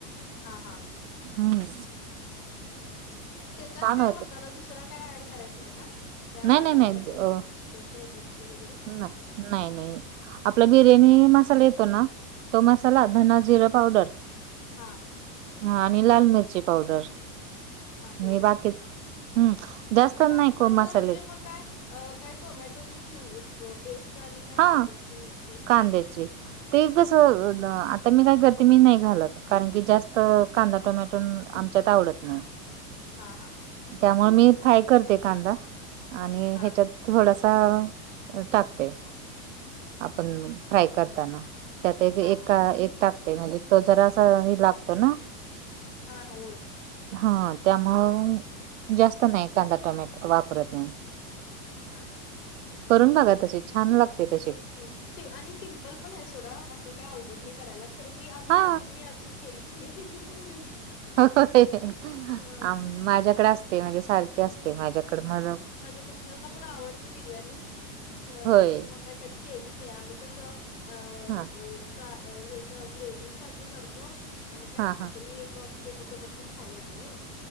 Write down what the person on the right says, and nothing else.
हम्म
छान
होते
नाही नाही नाही
ना नाही नाही आपला बिर्याणी
मसाला येतो ना तो मसाला धना जिरा पावडर
ह आणि लाल मिरची पावडर
आणि बाकीच
हम्म जास्त नाही
को मसाले
हा
कांद्याचे
ते कसं आता मी काय करते मी नाही घालत कारण की जास्त कांदा टोमॅटो आमच्यात आवडत ह
त्यामुळे मी फ्राय करते कांदा आणि
ह्याच्यात थोडासा टाकते आपण फ्राय करताना त्यात एक
एक
टाकते म्हणजे तो जरा अस ह लागतो ना
हा त्यामुळ जास्त नाही कांदा टोमॅटो वापरत नाही
करून बघा त्या छान लागते का
हा
हो
माझ्याकडे असते म्हणजे सारखे असते माझ्याकड मद
होय
हा
हा
हा